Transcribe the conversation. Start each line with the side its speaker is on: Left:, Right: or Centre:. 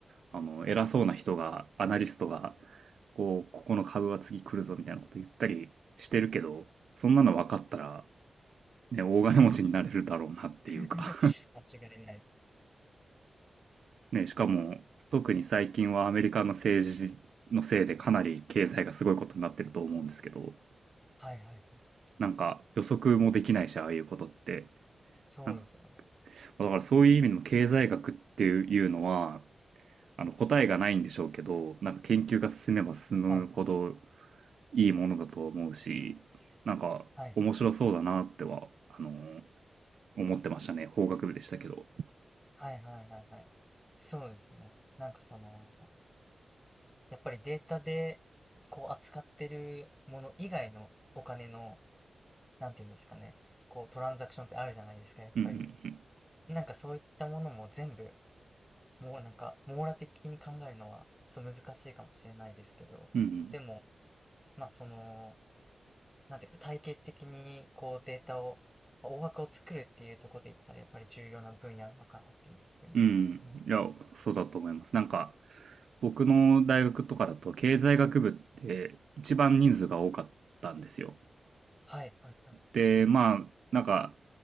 Right: あの、偉そうな人が、アナリストが、こう、ここの株は次来るぞみたいなこと言ったりしてるけど、そんなの分かったら、ね、大金持ちになれるだろうなっていうか
Centre: <laughs> 間違いないです。
Right: <laughs> ね、しかも、特に最近はアメリカの政治のせいでかなり経済がすごいことになってると思うんですけど、
Centre: はいはい
Right: なんか予測もできないし、ああいうことって。
Centre: そうですよね。
Right: なんか、だからそういう意味でも経済学っていうのは、あの答えがないんでしょうけど、なんか研究が進めば進むほど
Centre: はい
Right: いいものだと思うし、なんか面白そうだなっては、
Centre: はいはい。
Right: あのー思ってましたね。法学部でしたけど。
Centre: はいはいはいはい。そうですね。なんかその、やっぱりデータでこう扱ってるもの以外のお金の、なんていうんですかね、こうトランザクションってあるじゃないですか、やっぱり。
Right: うんうん
Centre: なんかそういったものも全部、もうなんか網羅的に考えるのはちょっと難しいかもしれないですけど、
Right: うん。うん
Centre: でも、まあその、なんていうか、体系的にこうデータを、大枠を作るっていうところで言ったら、やっぱり重要な分野なのかなっていうふうに思います。
Right: うん。うん。いや、そうだと思います。なんか、僕の大学とかだと経済学部って一番人数が多かったんですよ。
Centre: はい、はい、はい、
Right: で、まあ、なんか、